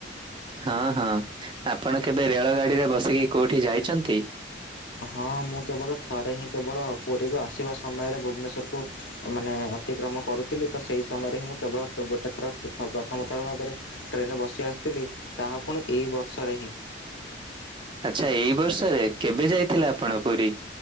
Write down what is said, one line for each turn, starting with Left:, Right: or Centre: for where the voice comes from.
Right: ହଁ ହଁ ଆପଣ କେବେ ରେଳ ଗାଡିରେ ବସିକି କୋଉଠି ଯାଇଛନ୍ତି।
Left: ହଁ ମୁଁ କେବଳ ଥରେ ହିଁ କେବଳ ପୁରୀରୁ ଆସିବା ସମୟରେ ଭୁବନେଶ୍ୱରକୁ ମାନେ ଅତିକ୍ରମ କରୁଥିଲି ତ ସେଇ ସମୟରେ ହିଁ ମୁଁ କେବଳ ଗୋଟେ ଥର ପ୍ରଥମ ଥର ଭାବରେ ଟ୍ରେନରେ ବସି ଆସିଥିଲି ତାହା ପୁଣି ଏଇ ବର୍ଷରେ ହିଁ।
Right: ଆଚ୍ଛା ଏଇ ବର୍ଷରେ କେବେ ଯାଇଥିଲା ଆପଣ ପୁରୀ